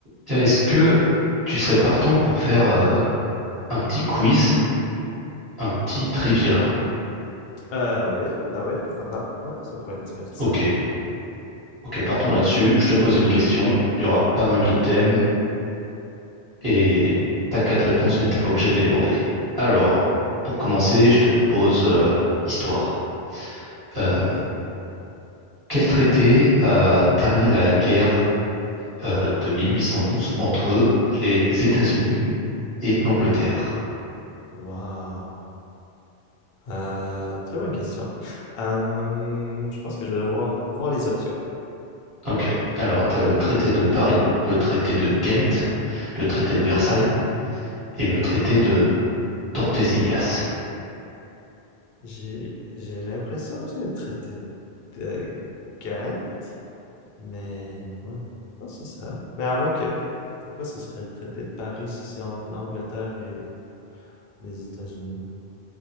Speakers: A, on the right (about 20°); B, on the left (about 65°).
A: Tiens, est-ce que tu serais partant pour faire euh, un petit quiz, un petit trivia?
B: Euh, oui, bah oui, pourquoi pas. Ouais, ça pourrait être divertissant.
A: Ok, ok, partons là-dessus. Je te pose une question. Il y aura pas mal de thèmes et t'as quatre réponses, mais t'es pas obligé de les demander. Alors, pour commencer,
B: Oh,
A: je te propose euh, histoire. Euh,
B: ok.
A: quel traité a terminé la guerre euh, de 1812 entre les États-Unis et l'Angleterre?
B: Wow. Euh, très bonne question. Euh, je pense que je vais devoir voir les options.
A: Ok, alors t'as le traité de Paris, le traité de Ghent, le traité de Versailles, et le traité de Tordesillas.
B: J'ai, j'ai l'impression que c'est le traité de Gann, mais ouais, je pense que c'est ça. Mais à moins que, pourquoi ce serait le traité de Paris si c'est entre l'Angleterre et les États-Unis?